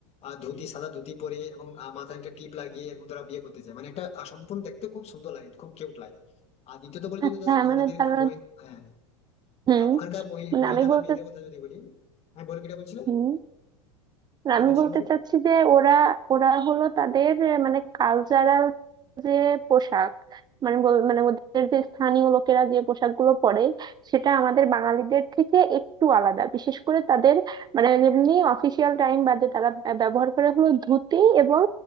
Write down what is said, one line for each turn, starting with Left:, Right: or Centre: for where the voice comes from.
Left: আহ, ধুতি সাদা ধুতি পরে এবং আহ, মাথায় একটা টিপ লাগিয়ে এরকম তারা বিয়ে করতে চায় মানে একটা আহ, সম্পূর্ণ দেখতে খুব সুন্দর লাগে খুব কিউট লাগে আর দ্বিতীয়ত বলি যদি
Right: আচ্ছা মানে
Left: ওনাদের
Right: তারা
Left: ওই হ্যাঁ
Right: হুম
Left: আহ, ওখানকার মহি-
Right: মানে
Left: মহিলা
Right: আমি
Left: বা
Right: বলতে
Left: মেয়েদের কথা যদি বলি হ্যাঁ বলো কিটা বলছিলে
Right: হুম আর
Left: কিটা
Right: আমি
Left: বলছিলে
Right: বলতে
Left: বলো
Right: চাচ্ছি যে ওরা ওরা হলো তাদের আহ, মানে কালচারাল যে পোশাক মানে বল- মানে ওদের যে স্থানীয় লোকেরা যে পোশাকগুলো পরে সেটা আমাদের বাঙালিদের থেকে একটু আলাদা বিশেষ করে তাদের মানে এমনি অফিসিয়াল টাইম বাদে তারা ব্য- ব্যবহার করে হলো ধুতি এবং